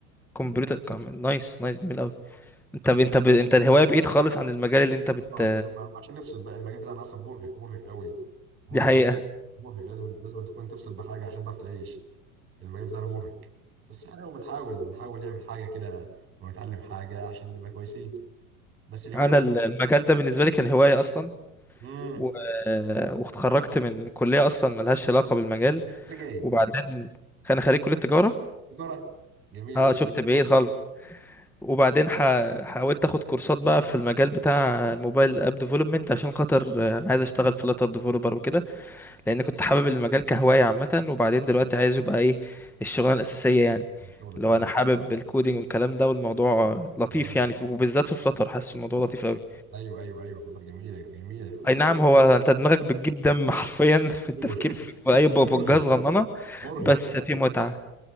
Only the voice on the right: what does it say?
اه أنا عشان نفصل بقى المجال بتاعنا اصلا مرهق مرهق قوي مرهق
مرهق لازم لازم تكون تفصل بحاجه عشان تعرف تعيش المجال بتاعنا مرهق بس احنا بنحاول بنحاول نعمل حاجه كده ونتعلم حاجه عشان نبقى كويسين بس الهوايه
برضو-
امم
ترجع ايه
تجاره جميل
قسم
شغلك
اه
جميل
ايوه ايوه ايوه فتره جميله جميله فتره
رزق أصلاً.
ايوه <laughs>
مرهق
مرهق